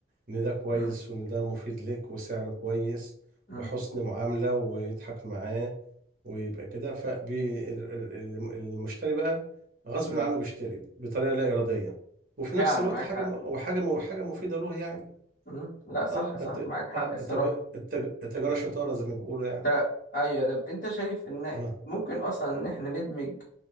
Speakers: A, on the right; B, on the left.
A: ان ده كويس
B: مم.
A: وان ده مفيد لك وسعره كويس
B: مم.
A: وحسن معامله ويضحك معاه ويبقى كده فالمشتري بقى غصب
B: مم.
A: عنه بيشتري بطريقه لا اراديه وفي
B: فعلا
A: نفس الوقت
B: معاك
A: حاجه
B: حق
A: م- او حاجه م- حاجه مفيده له يعني
B: مم. لا صح
A: اه
B: صح
A: الت-
B: معاك حق
A: آه،
B: الصراحة
A: التج... التج... التجارة شطارة زي ما بيقولوا يعني
B: تا... ايوه ده انت شايف ان
A: اه
B: ممكن اصلا ان احنا ندمج